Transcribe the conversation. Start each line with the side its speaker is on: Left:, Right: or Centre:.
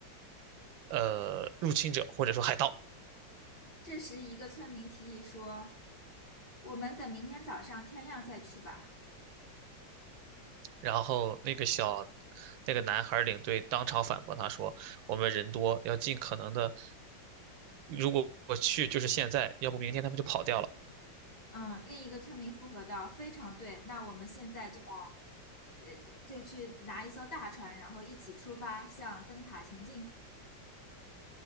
Right: 呃入侵者或者说海盗，
Left: 这时，一个村民提议说：“我们等明天早上天亮再去吧。”
Right: 然后那个小。那个男孩领队当场反驳他说：“我们人多，要尽可能的，如果我去就是现在，要不明天他们就跑掉了。”
Left: 嗯，另一个村民附和道：“非常对，那我们现在就把，呃，就去拿一艘大船，然后一起出发，向灯塔前进。”